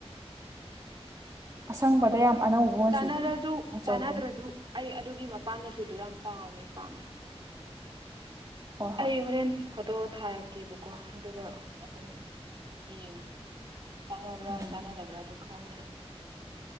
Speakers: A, on the right; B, on the right.
A: ꯑꯁꯪꯕꯗ ꯌꯥꯝ ꯑꯅꯧꯕ ꯃꯆꯨꯗꯨꯅꯤ
B: ꯆꯥꯟꯅꯔꯁꯨ
A: ꯃꯆꯧꯗꯨꯅꯤ
B: ꯆꯥꯟꯅꯗ꯭ꯔꯁꯨ ꯑꯩ ꯑꯗꯨꯒꯤ ꯃꯄꯥꯟ ꯃꯆꯨꯗꯣ ꯌꯥꯝ ꯄꯥꯝꯃꯦ ꯄꯥꯝꯃꯦ
A: ꯍꯣꯏ ꯍꯣꯏ
B: ꯑꯩ ꯍꯣꯔꯦꯟ ꯐꯣꯇꯣ ꯊꯥꯔꯛ ꯀꯦꯕꯀꯣ ꯑꯗꯨꯒ ꯑꯗꯨꯝ ꯌꯦꯡꯉꯣ ꯆꯥꯟꯅꯕ꯭ꯔꯥ
A: ꯎꯝ
B: ꯆꯥꯟꯅꯗꯕ꯭ꯔꯥꯗꯣ ꯈꯪꯅꯤ